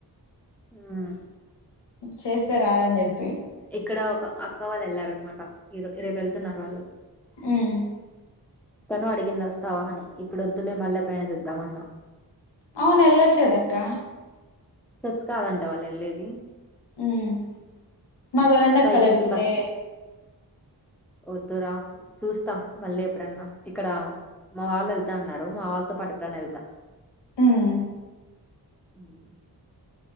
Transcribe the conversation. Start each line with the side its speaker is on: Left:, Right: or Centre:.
Centre: ఉమ్
Left: చేస్తే రాదని చెప్పి
Centre: ఇక్కడ ఒక అక్క వాళ్ళు వెళ్లారనమాట ఇ రేపు వెళ్తున్నారు వాళ్ళు
Left: మ్
Centre: తను అడిగింది వస్తావా అని ఇప్పుడు వద్దులే మళ్ళీ ఎప్పుడైనా చూద్దామన్నా
Left: అవును వెళ్ళొచు కదా అక్కా
Centre: స్టెప్స్ కాదంట వాళ్ళు వెళ్ళేది
Left: ఉమ్ మాతో రండక్కా
Centre: పైకెళ్ళి
Left: లేకపోతే
Centre: బస్ వద్దురా చూస్తా మళ్ళీ ఎప్పుడన్నా ఇక్కడ మా వాళ్ళు వెళ్తా అన్నారు మా వాళ్ళతో పాటు ఎప్పుడన్నా వెళ్తా
Left: హ్మ్
Centre: ఉమ్